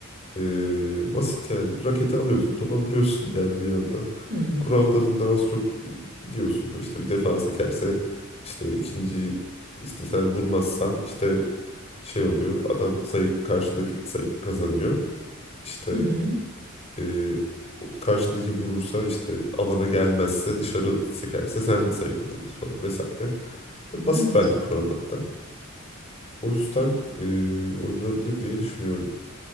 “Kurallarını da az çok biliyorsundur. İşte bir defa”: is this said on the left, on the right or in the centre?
Left